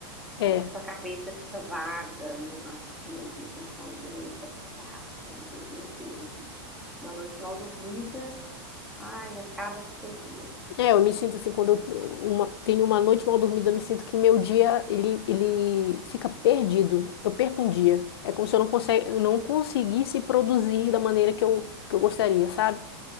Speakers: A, on the left; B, in the centre.
A: é.
B: Parece que sua cabeça fica vaga, não- a a mente não funciona direito, parece que você está arrastando aquele dia inteiro, assim. Uma noite mal dormida, ai, acaba com o seu dia.
A: É, eu me sinto assim, quando eu uma- tenho uma noite mal dormida, eu me sinto que meu dia, ele, ele fica perdido. Eu perco um dia. É como se eu não, conse- eu não conseguisse produzir da maneira que eu, que eu gostaria, sabe?